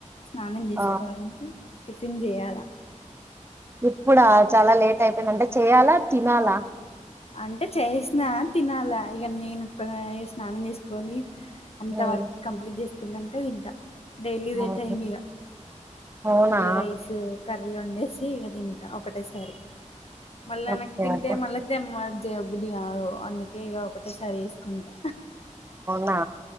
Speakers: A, on the left; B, on the right.
A: స్నానం చేసుకోవాలంటె
B: ఆ
A: టిఫిన్ చేయాలా.
B: ఇప్పుడా చాలా లేట్ అయిపోయింది. అంటే చెయాలా, తినాలా,
A: అంటే చేసినా తినాలా ఇగా నేను కూడా స్నానం చేసుకొని, అంత
B: ఉమ్
A: వర్క్ కంప్లీట్ చేసుకున్నక తింటా. డైలీ ఇదే
B: అవును
A: టైమ్ఇగ,
B: అవునా
A: ఇగ రైస్ కర్రీ వండేసి, ఇక తింటా ఒకటేసారి మళ్ళ
B: ఓకే
A: నాకు తింటే
B: ఓకే
A: మళ్ళ ఇ మ జే <unintelligible> బుద్ధి కాదు అందుకే ఇక ఒకటేసారి వేసుకుంటా
B: నా